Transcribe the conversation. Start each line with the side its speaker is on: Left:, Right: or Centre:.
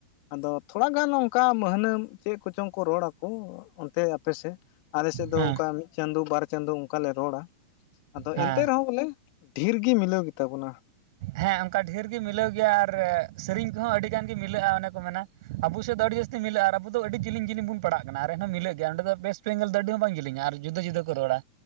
Left: ᱟᱫᱚ ᱛᱷᱚᱲᱟ ᱜᱟᱱ ᱚᱝᱠᱟ ᱢᱟᱹᱦᱱᱟᱹᱢ ᱪᱮᱜ ᱠᱚᱪᱚᱝ ᱠᱚ ᱨᱚᱲ ᱟᱠᱚ ᱚᱱᱛᱮ ᱟᱯᱮ ᱥᱮᱜ ᱟᱞᱮᱥᱮᱫ ᱫᱚ
Right: ᱦᱮᱸ
Left: ᱚᱝᱠᱟ ᱢᱤᱜ ᱪᱟᱸᱫᱚ ᱵᱟᱨ ᱪᱟᱸᱫᱚ ᱚᱝᱠᱟ ᱞᱮ ᱨᱚᱲᱟ ᱟᱫᱚ
Right: ᱦᱮᱸ
Left: ᱮᱱᱛᱮ ᱨᱮᱦᱚᱸ ᱵᱚᱞᱮ ᱰᱷᱤᱨ ᱜᱤ ᱢᱤᱞᱟᱹᱣ ᱜᱮᱛᱟ ᱵᱚᱱᱟ᱾
Right: ᱦᱮᱸ ᱚᱝᱠᱟ ᱰᱷᱮᱨ ᱜᱮ ᱢᱤᱞᱟᱹᱣ ᱜᱮᱭᱟ ᱟᱨ ᱥᱤᱨᱤᱧ ᱠᱚᱦᱚᱸ ᱟᱹᱰᱤ ᱜᱟᱱ ᱜᱮ ᱢᱤᱞᱟᱹᱜᱼᱟ ᱚᱱᱮ ᱠᱚ ᱢᱮᱱᱟ ᱟᱵᱚ ᱥᱮᱫ ᱫᱚ ᱟᱹᱰᱤ ᱡᱟᱹᱥᱛᱤ ᱢᱤᱞᱟᱹᱜᱼᱟ ᱟᱵᱩ ᱫᱚ ᱟᱹᱰᱤ ᱡᱤᱞᱤᱧ ᱡᱤᱞᱤᱧ ᱵᱩᱱ ᱯᱟᱲᱟᱜ ᱠᱟᱱᱟ ᱟᱨ ᱮᱱᱦᱚᱸ ᱢᱤᱞᱟᱹᱜ ᱜᱮᱭᱟ, ᱚᱸᱰᱮ ᱫᱚ ᱵᱮᱥ ᱯᱮᱸᱜᱮᱞ ᱫᱚ ᱟᱹᱰᱤ ᱦᱚᱸ ᱵᱟᱝ ᱡᱤᱞᱤᱧᱟ ᱟᱨ ᱡᱩᱫᱟᱹ ᱡᱩᱫᱟᱹ ᱠᱚ ᱨᱚᱲᱟ